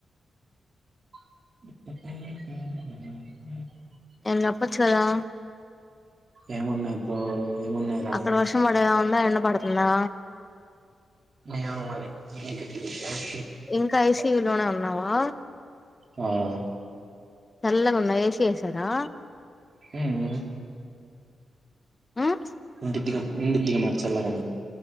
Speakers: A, on the right; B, on the left.
A: <unintelligible>
B: ఎమన్న చెప్పచ్చు గద
A: ఏమున్నది బ్రో ఏమున్నాయి రా
B: అక్కడ వర్షం పడదా అన్న ఇనబడుతుందా
A: ఏమో మరి నీకె తెలియాలి
B: ఇంక ఏస్ టీవి లోనె వున్నావా
A: హా అ
B: చల్లగుందా ఏ సి ఏసారా
A: ఊమ్
B: ఉమ్
A: కొద్దిగా ఉందుదిగా మరి చల్లగనే